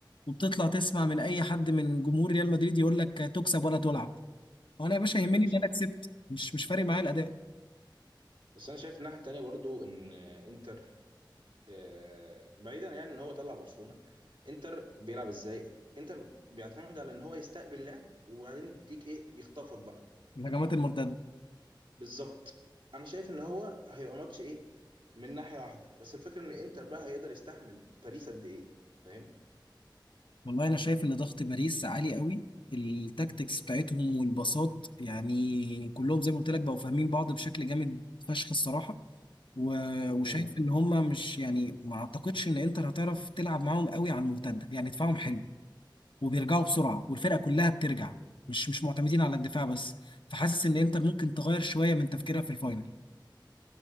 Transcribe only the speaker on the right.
ايوه
صح
بس انا شايف الناحيه التانيه برضو ان آه، انتر آه، بعيدا يعني ان هو طلع برشلونه انتر بيلعب ازاي انتر بيعتمد على ان هو يستقبل لعب وبعدين يديك ايه يخطفك بقى
بالظبط انا شايف ان هو هيبقى ماتش ايه من ناحيه واحده بس الفكره ان انتر بقى هيقدر يستحمل باريس قد ايه فاهم
مم.